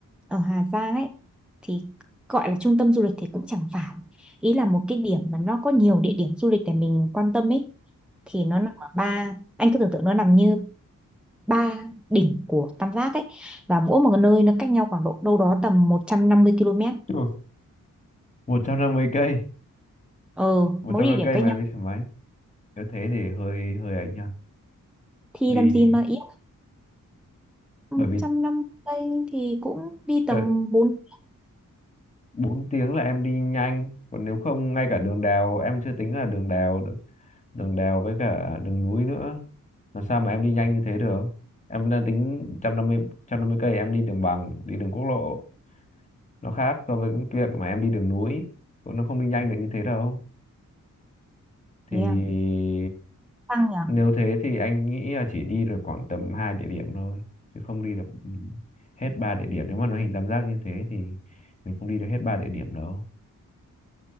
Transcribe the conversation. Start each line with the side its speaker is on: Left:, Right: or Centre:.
Centre: ở Hà Giang ấy thì gọi là trung tâm du lịch thì cũng chẳng phải ý là một cái điểm mà nó có nhiều địa điểm du lịch để mình quan tâm ấy thì nó nằm ở ba anh cứ tưởng tượng nó nằm như ba đỉnh của tam giác ấy và mỗi một nơi nó cách nhau khoảng độ đâu đó tầm 150 km
Left: Ừ. một trăm năm mươi cây
Centre: ờ
Left: một
Centre: mỗi
Left: trăm
Centre: địa
Left: năm mươi
Centre: điểm
Left: cây
Centre: cách
Left: mà
Centre: nhau
Left: em đi xe máy nếu thế thì hơi hơi ấy nha
Centre: thì
Left: đi
Centre: làm gì mà ý 150
Left: bởi vì
Centre: thì cũng đi tầm
Left: thời
Centre: bốn
Left: bốn tiếng là em đi nhanh còn nếu không ngay cả đường đèo em chưa tính là đường đèo nữa. đường đèo với cả đường núi nữa làm sao mà em đi nhanh như thế được em đang tính một trăm năm mươi một trăm năm mươi cây em đi đường bằng đi đường quốc lộ nó khác so với cái việc mà em đi đường núi nó không đi nhanh được như thế đâu thì
Centre: thế à tăng nhỉ
Left: nếu thế thì anh nghĩ là chỉ đi được khoảng tầm hai địa điểm thôi chứ không đi được ừ, hết ba địa điểm nếu mà nó hình tam giác như thế thì mình không đi được hết ba địa điểm đâu